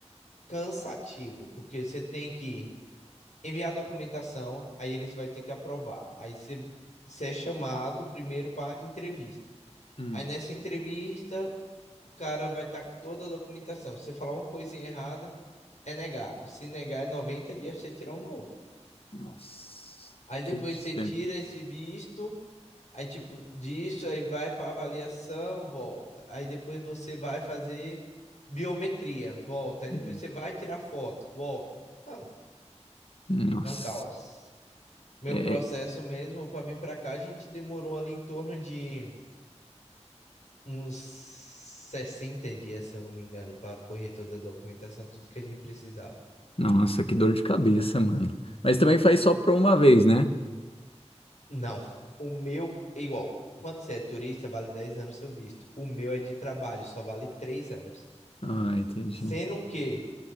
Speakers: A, on the left (about 80°); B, on the left (about 55°).
A: cansativo, porque você tem que enviar a documentação, aí eles vai ter que aprovar. Aí você, você é chamado primeiro para entrevista.
B: Hum,
A: Aí nessa entrevista, o cara vai estar com toda a documentação. Se você falar uma coisinha errada, é negado. Se negar, é 90 dias pra você tirar um novo.
B: nossa,
A: Aí depois
B: todos os
A: você
B: tempos.
A: tira esse visto Aí, tipo, disso aí vai para avaliação, volta. Aí depois você vai fazer biometria, volta. Aí depois
B: Hum.
A: você vai tirar foto, volta. Mano,
B: Nossa.
A: é um caos. Meu
B: É,
A: processo mesmo para vir para cá, a gente demorou ali em torno de uns 60 dias, se eu não me engano, para correr toda a documentação, tudo que a gente precisava.
B: nossa, que dor de cabeça, mano. Mas também faz só pra uma vez, né?
A: Não, o meu é igual. Quando você é turista, vale 10 anos seu visto. O meu é de trabalho, só vale 3 anos.
B: Ah, entendi.
A: Sendo que